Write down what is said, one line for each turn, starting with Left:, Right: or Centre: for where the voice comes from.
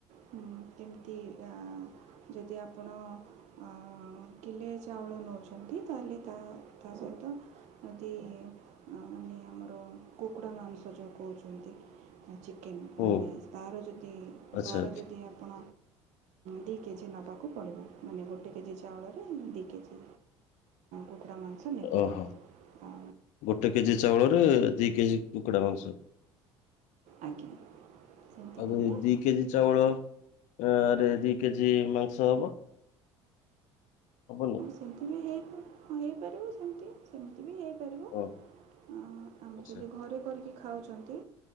Right: ହୁଁ, କେମିତି ଆଁ ଯଦି ଆପଣ-ଅ କିଲେ, ଚାଉଳ ନେଉଛନ୍ତି, ତାହେଲେ ତା ତା ସହିତ ମୋତେ ମାନେ ଆମର କୁକୁଡ଼ା ମାଂସ ଯଉ କହୁଛନ୍ତି। ଚିକେନ୍ ମାନେ
Left: ଓ
Right: ତାର ଯଦି,
Left: ଆଚ୍ଛା
Right: ତାର ଯଦି ଆପଣ ଦି କେଜି ନବାକୁ ପଡ଼ିବ। ମାନେ ଗୋଟେ କେଜି ଚାଉଳରେ ଦି କେଜି କୁକୁଡ଼ା ମାଂ ସ ନେବେ।
Left: ଓହୋ
Right: ଆଉ
Left: ଗୋଟେ କେଜି ଚାଉଳରେ, ଦି କେଜି କୁକୁଡ଼ା ମାଂସ।
Right: ଆଜ୍ଞା ସେମିତି ନେବେ
Left: ଆଉ
Right: ହଁ
Left: ଦି କେଜି ଚାଉଳ, ଆରେ ଦି କେଜି ଜି ମାଂସ ହବ, ହବନି?
Right: ସେମିତି ବି ହେଇପା, ହଁ ହେଇପାରିବ, ସେମିତି ସେମିତି ବି ହେଇ ପାରିବ।
Left: ଓହୋ
Right: ଆ-ଆମେ
Left: ଆଚ୍ଛା
Right: ଯଦି, ଘରେ କରିକି ଖାଉଛନ୍ତି।